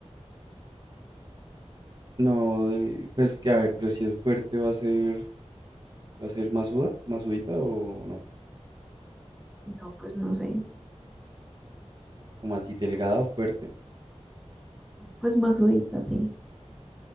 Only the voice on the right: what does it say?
no, del- pues que a ver, pero si es fuerte va a ser, va a ser masuda, masudita o no,
como así delgada o fuerte,